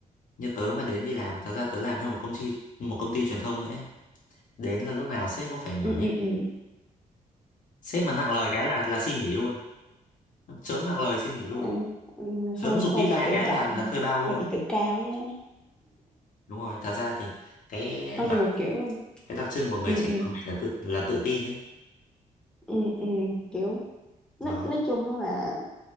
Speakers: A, on the left (about 60°); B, in the centre.
A: như tớ mà đến đi làm thật ra tớ làm cho một công ty một công ty truyền thông nữa ấy. đến là lúc nào sếp cũng phải nhỏ
B: ừ,
A: nhẹ
B: ừ, ừ.
A: sếp mà nặng lời cái là là xin nghỉ luôn sớm nặng lời xin nghỉ luôn
B: Ừ, ừ,
A: sớm
B: hơi
A: giục
B: hơi
A: deadline
B: bị tự
A: cái
B: trọng
A: là là thuê bao luôn
B: hơi bị tự cao nha
A: đúng rồi thật ra thì cái
B: không
A: đặc
B: nhưng mà kiểu
A: cái đặc trưng của người
B: ừ,
A: trẻ
B: ừ,
A: của mình là tự là tự tin ấy
B: ừ, ừ, kiểu nói,
A: nó
B: nói chung là